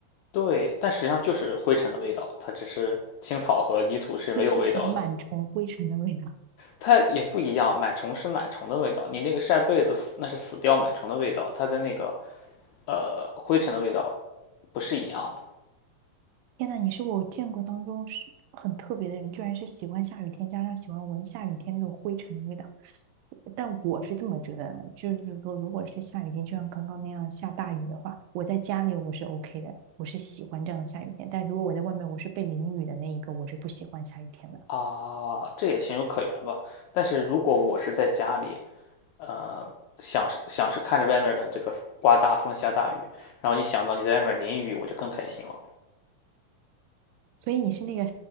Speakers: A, on the left (about 80°); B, on the right (about 85°).
A: 对，但实际上就是灰尘的味道，它只是青草和泥土是没有味道的，
B: 所以你喜欢螨虫、灰尘的味道。
A: 它也不一样，螨虫是螨虫的味道，你那个晒被子死那是死掉螨虫的味道，它跟那个呃灰尘的味道不是一样的。
B: 天呐，你是我见过当中是很特别的人，居然是喜欢下雨天，加上喜欢闻下雨天那种灰尘的味道。但我是这么觉得的就是说，如果是下雨天，就像刚刚那样下大雨的话，我在家里我是 OK 的，我是喜欢这样的下雨天。但如果我在外面，我是被淋雨的那一个，我是不喜欢下雨天的。
A: 啊，这也情有可原吧。但是如果我是在家里，呃，想是想是看着外面的这个刮大风下大雨，然后一想到你在外面淋雨，我就更开心了。
B: 所以你是那个，